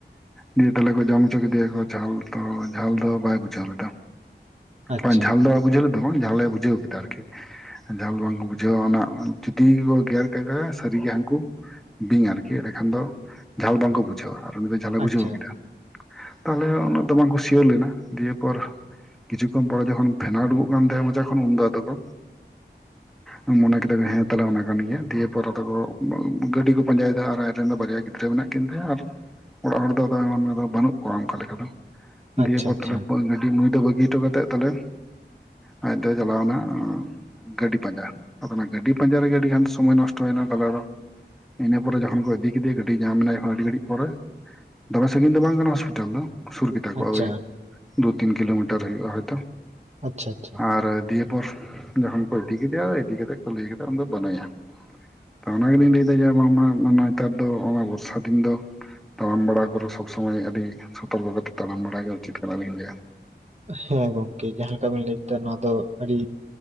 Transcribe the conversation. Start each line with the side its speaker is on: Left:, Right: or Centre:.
Centre: ᱫᱤᱭᱮ ᱛᱟᱞᱮ ᱠᱚ ᱡᱚᱢ ᱦᱚᱪᱚ ᱠᱮᱫᱮᱭᱟᱠᱚ ᱡᱷᱟᱞ ᱛᱚ ᱡᱷᱟᱞ ᱫᱚ ᱵᱟᱭ ᱵᱩᱡᱷᱟᱹᱣ ᱞᱮᱫᱟ᱾
Right: ᱟᱪᱪᱷᱟ
Centre: ᱵᱟᱝ ᱡᱷᱟᱞ ᱫᱚ ᱵᱟ ᱵᱩᱡᱷᱟᱹᱣ ᱞᱮᱫᱟ ᱵᱟᱝ ᱡᱷᱟᱞᱮ ᱵᱩᱡᱷᱟᱹᱣ ᱠᱮᱫᱟ ᱟᱨᱠᱤ ᱡᱷᱟᱞ ᱵᱟᱝᱠᱚ ᱵᱩᱡᱷᱟᱹᱣᱟ ᱚᱱᱟ ᱡᱩᱫᱤ ᱠᱚ ᱜᱮᱨ ᱠᱟᱜᱠᱚᱣᱟ ᱥᱟᱹᱨᱤᱜᱮ ᱦᱟᱹᱱᱠᱩ ᱵᱤᱧ ᱟᱨᱠᱤ ᱮᱸᱰᱮᱠᱷᱟᱱ ᱫᱚ ᱡᱷᱟᱞ ᱵᱟᱝᱠᱚ ᱵᱩᱡᱷᱟᱹᱣᱟ ᱟᱨ ᱩᱱᱤ ᱫᱚ ᱡᱷᱟᱞᱮ
Right: ᱟᱪᱪᱷᱟ ᱟᱪᱪᱷᱟ
Centre: ᱵᱩᱡᱷᱟᱹᱣ ᱠᱮᱫᱟ᱾ ᱛᱟᱦᱞᱮ ᱩᱱᱟᱹᱜ ᱫᱚ ᱵᱟᱝᱠᱚ ᱥᱭᱟᱹᱣᱞᱮᱱᱟ ᱫᱤᱭᱮᱯᱚᱨ ᱠᱤᱪᱷᱩ ᱠᱷᱚᱱ ᱯᱚᱨᱮ ᱡᱚᱠᱷᱚᱱ ᱯᱷᱱᱟᱰᱩᱠᱩᱜ ᱠᱟᱱ ᱛᱟᱦᱮᱸᱜ ᱢᱚᱪᱟ ᱠᱷᱚᱡ ᱩᱱ ᱫᱚ ᱟᱫᱚ ᱠᱚ ᱢᱚᱱᱮ ᱠᱮᱫᱟ ᱦᱮᱸ ᱛᱟᱞᱦᱮ ᱚᱱᱟ ᱠᱟᱱ ᱜᱮᱭᱟ ᱫᱤᱭᱮ ᱯᱚᱨᱮ ᱛᱮᱠᱚ ᱜᱟᱹᱰᱤ ᱠᱚ ᱯᱟᱸᱡᱟᱭᱮᱫᱟ ᱟᱨ ᱟᱡᱨᱮᱱ ᱫᱚ ᱵᱟᱨᱭᱟ ᱜᱤᱫᱽᱨᱟᱹ ᱢᱮᱱᱟ ᱠᱤᱱ ᱛᱟᱭᱟ ᱟᱨ ᱚᱲᱟᱜ ᱦᱚᱲ ᱫᱚ ᱮᱢᱟᱱᱫᱚ ᱵᱟᱹᱱᱩᱜ ᱠᱚᱣᱟ ᱚᱱᱠᱟ ᱞᱮᱠᱟ ᱫᱚ ᱫᱤᱭ
Right: ᱟᱪᱪᱷᱟ
Centre: ᱯᱚᱲᱚ ᱠᱚ ᱜᱟᱹᱰᱤ ᱱᱩᱭ ᱫᱚ ᱵᱟᱹᱜᱤ ᱴᱩ ᱠᱟᱛᱮᱫ ᱛᱟᱞᱮ ᱟᱡ ᱫᱚ ᱪᱟᱞᱟᱣᱱᱟ ᱜᱟᱹᱰᱤ ᱯᱟᱸᱡᱟ ᱟᱫᱚ ᱚᱱᱟ ᱜᱟᱹᱰᱤ ᱯᱟᱸᱡᱟ ᱨᱮᱜᱮ ᱟᱹᱰᱤ ᱜᱟᱱ ᱥᱚᱢᱚᱭ ᱱᱚᱥᱴᱚᱭᱮᱱᱟ ᱛᱟᱦᱮ ᱫᱚ ᱤᱱᱟᱹ ᱯᱚᱨᱮ ᱡᱚᱠᱷᱚᱱ ᱠᱚ ᱤᱫᱤ ᱠᱮᱫᱮᱭᱟ ᱜᱟᱹᱰᱤ ᱧᱟᱢ ᱱᱟᱭ ᱟᱹᱰᱤ ᱜᱷᱟᱹᱲᱤᱡ ᱯᱚᱨᱮ ᱫᱚᱢᱮ ᱥᱟᱺᱜᱤᱧ ᱫᱚ ᱵᱟᱝ ᱠᱟᱱᱟ ᱦᱚᱥᱯᱤᱴᱟᱞ ᱫᱚ ᱥᱩᱨ ᱜᱮ ᱛᱟᱠᱚᱣᱟ
Right: ᱟᱪᱪᱷᱟ
Centre: ᱳᱭ ᱫᱩ ᱛᱤᱱ ᱠᱤᱞᱳᱢᱤᱴᱟᱨ ᱦᱩᱭᱩᱜᱼᱟ ᱦᱚᱭᱛᱳ
Right: ᱟᱪᱪᱷᱟ ᱟᱪᱪᱷᱟ
Centre: ᱟᱨ ᱫᱤᱭᱮ ᱯᱚᱨ ᱡᱚᱠᱷᱚᱱ ᱠᱚ ᱤᱫᱤ ᱠᱮᱫᱮᱭᱟ ᱤᱫᱤ ᱠᱟᱛᱮᱫ ᱠᱚ ᱞᱟᱹᱭ ᱠᱮᱫᱟ ᱫᱚ ᱵᱟᱹᱱᱩᱭᱟ ᱛᱚ ᱚᱱᱟ ᱜᱮᱞᱤᱧ ᱞᱟᱹᱭᱫᱟ ᱡᱮ ᱵᱟᱝᱢᱟ ᱱᱮᱛᱟᱨ ᱫᱚ ᱚᱱᱟ ᱵᱚᱨᱥᱟ ᱫᱤᱱ ᱫᱚ ᱛᱟᱲᱟᱢ ᱵᱟᱲᱟ ᱠᱚᱨ ᱥᱚᱵᱽ ᱥᱚᱢᱚᱭ ᱟᱹᱰᱤ ᱥᱚᱛᱚᱨᱠᱚ ᱛᱟ ᱛᱮ ᱛᱟᱲᱟᱢ ᱵᱟᱲᱟ ᱜᱮ ᱩᱪᱤᱛ ᱠᱟᱱᱟᱞᱤᱧ ᱞᱟᱹᱭᱟ
Right: ᱦᱮᱸ ᱜᱚᱝᱠᱮ ᱡᱟᱦᱟᱸ ᱞᱮᱠᱟ ᱵᱤᱱ ᱞᱟᱹᱭ ᱠᱮᱫᱟ ᱱᱚᱶᱟ ᱫᱚ ᱟᱹᱰᱤ